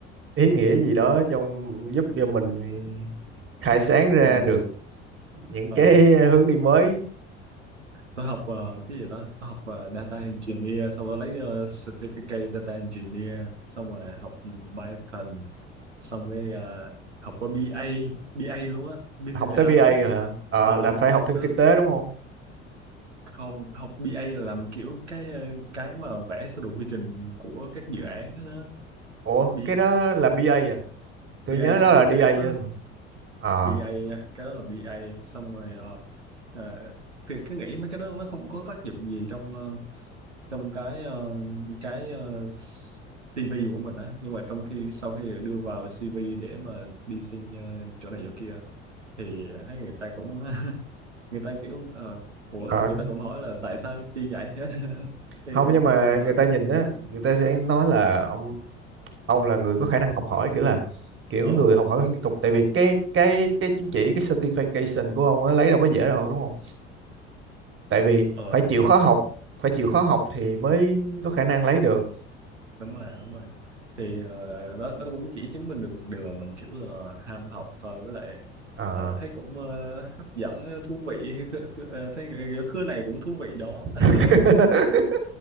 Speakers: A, on the right; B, on the right.
A: ý nghĩa gì đó trong giúp cho mình khai sáng ra
B: ờ,
A: được những
B: ờ,
A: cái hướng đi mới
B: tôi học ờ, cái gì đó tôi học ờ, data engineer xong rồi lấy ờ, certificate data engineer xong rồi học Python xong rồi ờ, học qua BA BA luôn á business
A: học tới
B: analyst
A: BA rồi
B: á
A: hả Ờ,
B: Ờ,
A: là phải
B: thì,
A: học thêm
B: ờ,
A: kinh tế đúng không
B: không học BA là làm kiểu cái ờ, cái mà vẽ sơ đồ quy trình của các dự án đó, đó.
A: ủa
B: B,
A: cái đó là bê A à tôi
B: BA
A: nhớ đó
B: trong
A: là đê
B: dev
A: A
B: á
A: thôi mà Ờ
B: BA nha cái đó là BA xong rồi ờ, ờ, thì cứ nghĩ mấy cái đó nó không có tác dụng gì trong ờ, trong cái ờ, cái ờ, CV của mình á nhưng mà trong khi sau khi đưa vào CV để mà đi xin ờ, chỗ này chỗ kia thì thấy người ta cũng <laughs> người ta kiểu ờ, ủa
A: ờ,
B: người ta cũng hỏi là tại sao chi vậy hết <laughs> thì
A: không
B: mình
A: nhưng mà
B: kêu là
A: người ta nhìn á người ta sẽ nói là ông ông là người có khả năng học hỏi kiểu là kiểu
B: ờ
A: người học hỏi liên tục tại vì cái cái cái chứng chỉ cái certification của ông á lấy đâu có dễ đâu đúng không tại vì
B: ờ
A: phải chịu khó học phải chịu khó học thì mới có khả năng lấy được
B: đúng rồi đúng rồi thì ờ, nó nó cũng chỉ chứng minh được một điều là mình kiểu là ham học thôi với lại
A: Ờ.
B: ờ, thấy cũng ờ, hấp dẫn thú vị <laughs> Ờ, thấy kiểu khứa này cũng thú vị đó <laughs>
A: <laughs>